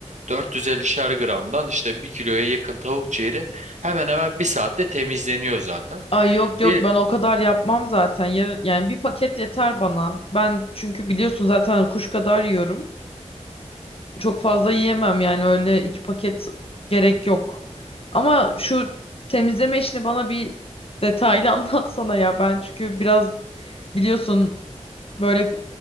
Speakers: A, on the right; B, on the left.
A: 450'şer gramdan işte bir kiloya yakın tavuk ciğeri hemen hemen bir saatte temizleniyor zaten.
B: Ay yok yok
A: Diyelim,
B: ben o kadar yapmam zaten. Yar- yani bir paket yeter bana. Ben çünkü biliyorsun zaten kuş kadar yiyorum. Çok fazla yiyemem yani öyle iki paket gerek yok. Ama şu temizleme işini bana bir detaylı <laughs> anlatsana ya. Ben çünkü biraz biliyorsun böyle